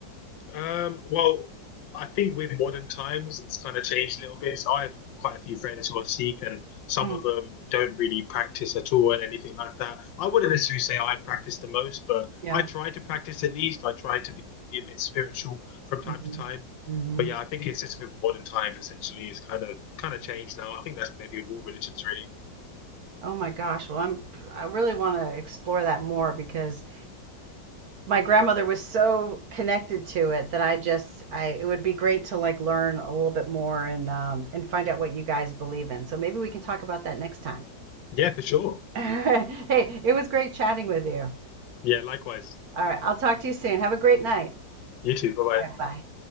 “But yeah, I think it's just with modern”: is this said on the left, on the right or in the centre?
Left